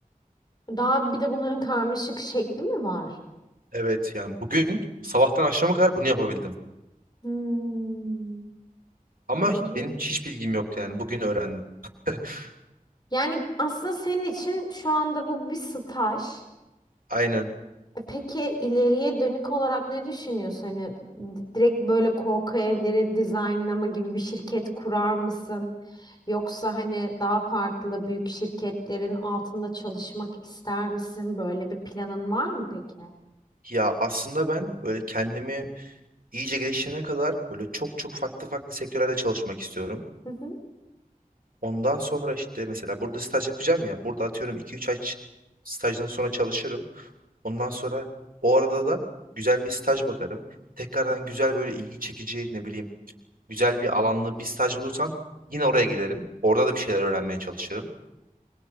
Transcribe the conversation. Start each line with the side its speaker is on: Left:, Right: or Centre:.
Left: Daha bir de bunların karmaşık şekli mi var?
Right: Evet yani bugün sabahtan akşama kadar bunu yapabildim.
Left: Hmm,
Right: Ama
Left: kanki.
Right: benim hiç bilgim yoktu yani bugün öğrendim. <laughs>
Left: Yani aslında senin için şu anda bu bir staj.
Right: Aynen.
Left: E peki ileriye dönük olarak ne düşünüyorsun? Hani di- direkt böyle korku evleri dizaynlama gibi bir şirket kurar mısın? Yoksa hani daha farklı büyük şirketlerin altında çalışmak ister misin? Böyle bir planın var mı peki?
Right: Ya aslında ben böyle kendimi iyice geliştirene kadar böyle çok çok farklı farklı sektörlerde çalışmak istiyorum.
Left: Hı hı.
Right: Ondan sonra işte mesela burada staj yapacağım ya. Burada atıyorum iki üç ay ç- stajdan sonra çalışırım. Ondan sonra o arada da güzel bir staj bakarım. Tekrardan güzel böyle ilgi çekici ne bileyim güzel bir alanlı bir staj bulursam yine oraya giderim. Orada da bir şeyler öğrenmeye çalışırım.